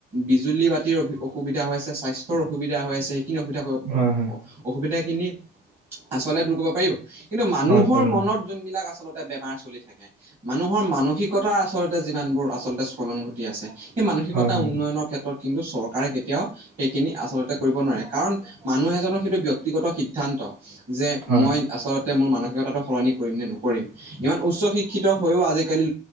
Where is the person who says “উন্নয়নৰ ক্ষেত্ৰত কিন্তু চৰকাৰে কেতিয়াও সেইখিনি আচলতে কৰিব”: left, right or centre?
Right